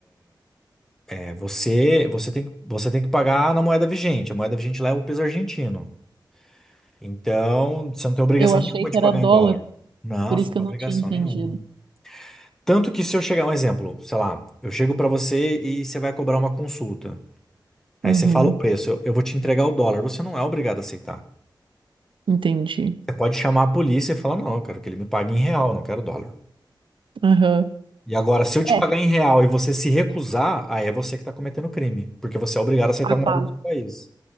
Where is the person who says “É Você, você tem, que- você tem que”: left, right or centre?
Centre